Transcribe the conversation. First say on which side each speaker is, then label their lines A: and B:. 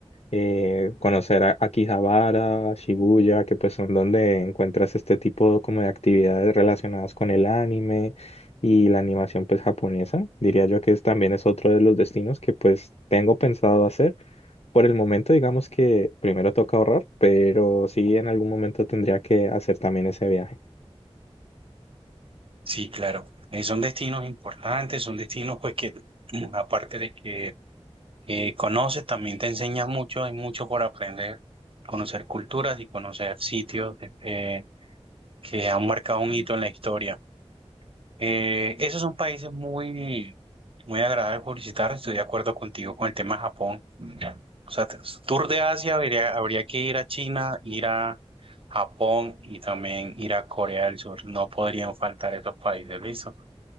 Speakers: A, on the left; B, on the right.
A: Eh, conocer a Akihabara, Shibuya, que pues son donde encuentras este tipo como de actividades relacionadas con el anime y la animación pues japonesa. Diría yo que es, también es otro de los destinos que pues tengo pensado hacer por el momento, digamos que primero toca ahorrar, pero sí en algún momento tendría que hacer también ese viaje.
B: Sí, claro. Eh, son destinos importantes, son destinos pues que <clears throat> aparte de que eh, conoces, también te enseña mucho, hay mucho por aprender, conocer culturas y conocer sitios eh, que han marcado un hito en la historia. Eh, esos son países muy, muy agradables por visitar, estoy de acuerdo contigo con el tema de Japón. O sea, t- tour de Asia habría, habría que ir a China, ir a Japón y también ir a Corea del Sur. No podrían faltar esos países, ¿listo?